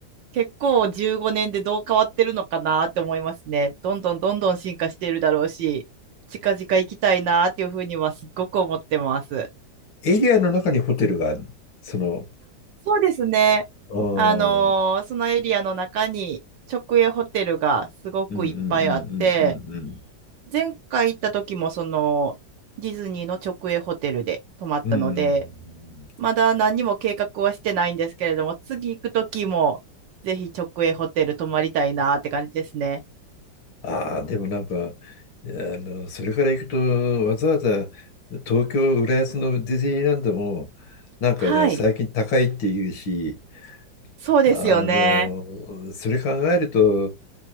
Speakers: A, on the right (about 70°); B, on the left (about 80°).
A: 結構15年でどう変わってるのかなって思いますね。どんどんどんどん進化しているだろうし、近々行きたいなっていうふうにはすっごく思ってます。
B: エリアの中にホテルがあるの。その、
A: そうですね。
B: あー
A: あのーそのエリアの中に直営ホテルがすごくいっぱいあって、
B: うんうんうんうんうん
A: 前回行った時もそのディズニーの直営ホテルで泊まったので、
B: うん。うん。
A: まだ何も計画はしてないんですけれども、次行くときも、ぜひ直営ホテル泊まりたいなって感じですね。
B: ああ、でもなんか、あの、それから行くと、わざわざ東京、浦安のディズニーランドも、なんかね、
A: はい。
B: 最近高いっていうし、
A: そうですよね。
B: あの、それ考えると、